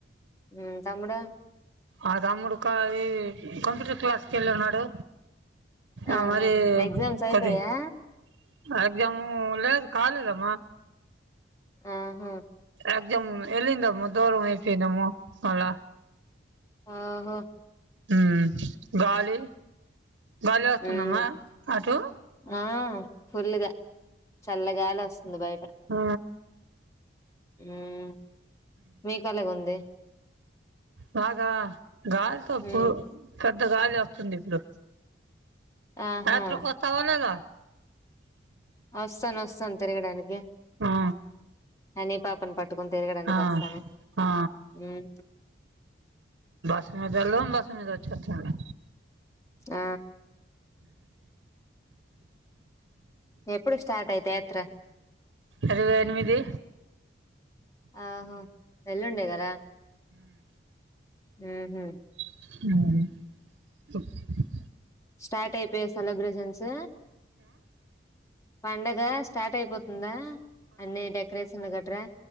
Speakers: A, on the left; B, on the right.
A: ఉమ్ తమ్ముడు
B: ఆ తమ్ముడుకా ఈ కంప్యూటర్ క్లాస్కి వెళ్ళన్నాడు.
A: ఆహా
B: అహా అది
A: ఎగ్జామ్స్ అయిపోయా
B: కొద్ది ఎగ్జాము లేదు కాలేదమ్మా.
A: ఆహా
B: ఎజమ్ వెళ్లిందమ్మ దూరమైపోనమ్మ మల్ల
A: ఆహా
B: ఉమ్ గాలి గాలి వస్తుందమ్మా
A: మ్మ్
B: అటు
A: ఆ ఫుల్గా చల్లగాలి వస్తుంది బయట్
B: ఆ
A: ఉమ్ మీ కేలగ ఉంది?
B: బాగా గాలితోప్పుడు
A: మ్మ్
B: పెద్ద గాలి వస్తుంది ఇప్పుడు.
A: ఆహా
B: రాత్రి కొత్తవా లేదా?
A: వస్తాను వస్తాను తిరగడానికి,
B: ఆ
A: అని పాప్ ఆన్ని పట్టుకొని తిరగడానికి
B: ఆ
A: వస్తాను
B: ఆ
A: ఉమ్
B: సాజాలో ఉంది వచ్చి వచ్చు లే
A: ఆ ఎప్పుడు స్టార్ట్ అయితే యాత్ర
B: ఇరవై ఎనిమిది
A: ఆహో వెళ్ళండి కదా, ఉమ్
B: ఉమ్
A: స్టార్ట్ అయిపోయే సెలబ్రేషన్స్, పండగ స్టార్ట్ అయిపోతు ఉందా అన్ని డెకరేషన్లు గట్రా.